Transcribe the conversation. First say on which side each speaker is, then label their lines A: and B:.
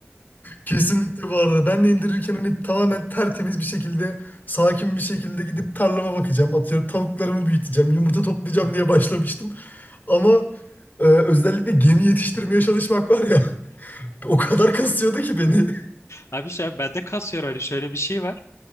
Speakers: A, on the left; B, on the left.
A: Kesinlikle bu arada. Ben de indirirken hani tamamen tertemiz bir şekilde, sakin bir şekilde gidip tarlama bakacağım. Atıyorum tavuklarımı büyüteceğim, yumurta toplayacağım diye başlamıştım. Ama e, özellikle gemi yetiştirmeye çalışmak var ya. <laughs> O kadar kasıyordu ki beni.
B: Abi şu an bende kasıyor yer hani şöyle bir şey var.